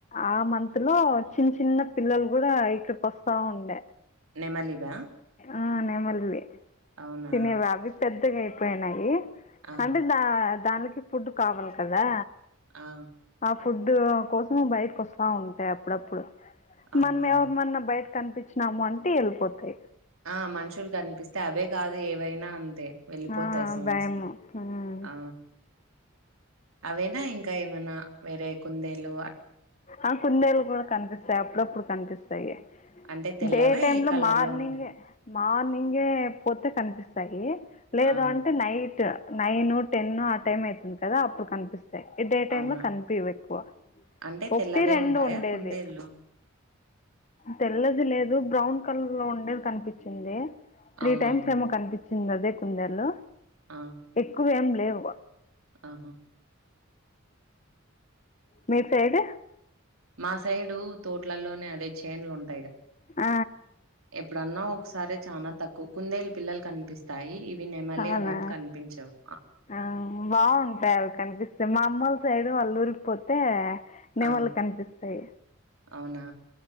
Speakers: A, on the left (about 35°); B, on the right (about 85°).
A: ఆ మంత్ లో చిన్న చిన్న పిల్లలు కూడా అయి పుస్తావుండే
B: నెమలివా
A: ఆ నే మళ్ళీ
B: అవునా
A: తినేవా అవి పెద్దగా అయిపోయినాయి
B: ఆహా
A: అంటే దా దానికి ఫుడ్ కావాలి కదా
B: ఆ
A: ఫుడ్ కోసం బయట వస్తా ఉంటేయి అప్పుడప్పుడు
B: అవునా
A: మనం ఎవ మన్నా బయట కనిపించినాము అంటే వెళ్ళిపోతాయి
B: ఆ మనుషులు కనిపిస్తే అవే కాదు ఏవైనా అంతే వెళ్ళిపోతాయి
A: ఆ
B: సౌండ్స్
A: భయము
B: కి ఆ అవేనా ఇంకా ఏమైనా వేరే కుందేలు
A: ఆ కుందేళ్లు కూడా కనిపిస్తాయి అప్పుడప్పుడు కనిపిస్తాయి
B: అంటే తెల్లవా
A: డే టైమ్
B: ఏ
A: లో
B: కలర్‌లో
A: మార్నింగ్
B: ఉండేవి?
A: మార్నింగే పోతే కనిపిస్తాయి లేదు
B: ఆ!
A: అంటే నైట్ నైన్ టెన్ ఆ టైం అవుతుంది కదా అప్పుడు కనిపిస్తుంది డే టైమ్
B: అవునా?
A: కనిపియ్యై ఎక్కువ
B: అంటే
A: ఒప్పి
B: తెల్లవే
A: రెండు
B: ఉంటాయా
A: ఉండేది
B: కుందేళ్ళు?
A: తెల్లది లేదు బ్రౌన్ కలర్ కుండేలు కనిపించింది త్రీ
B: అవునవును.
A: టైమ్స్ ఏమో కనిపించింది అదే కుందేలు
B: ఆ!
A: ఎక్కువేం లేవు
B: ఆహా!
A: మీరు సైడ్
B: మా సైడు తోట్లలోనే అదే చేన్లు ఉంటాయి
A: ఆ
B: ఎప్పుడన్నా ఒకసారి చాలనా తక్కువ కుందేల పిల్లలు కనిపిస్తాయి ఇవి నెమలి
A: అవునా
B: అవేం కనిపించవు.
A: ఆ బాగుంటాయి అవి కనిపిస్తే మా అమ్మలు సైడ్ వాళ్ళురు ఊరికిపోతే నెమళ్లు
B: ఆ!
A: కనిపిస్తాయి
B: అవునా